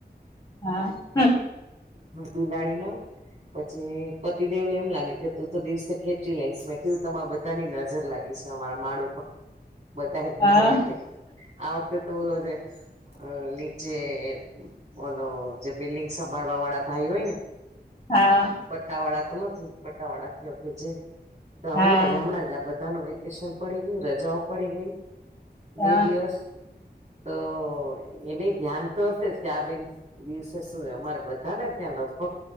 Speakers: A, on the left; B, on the right.
A: હા <unintelligible>
B: બિલાડી ના પછી પતિદેવને એમ લાગે કે તું તો દિવસે ખેંચી લઈશ મે કેવું તમારા બધાની નજર લાગી છે અમારા માળ ઉપર. બધ એકબીજા
A: હા
B: ને ક્યા આ વખતે બોલો જે નીચે બોલો જે બિલ્ડિંગ સંભાળવા વાળા. ભાઈ હોય ને.
A: હા.
B: પટ્ટાવાળા તો નથી પટ્ટાવાળા કયો કે જે
A: હા
B: હમણાં જ હમણાં જ આ બધા નુ વેકેશન પડી ગયું રજાઓ પડી ગય બે
A: હા
B: દિવસ તો. એની ધ્યાન તો હશે આ બે નુ. દિવસે સુું અમારે બધા ને ત્યાં લગભગ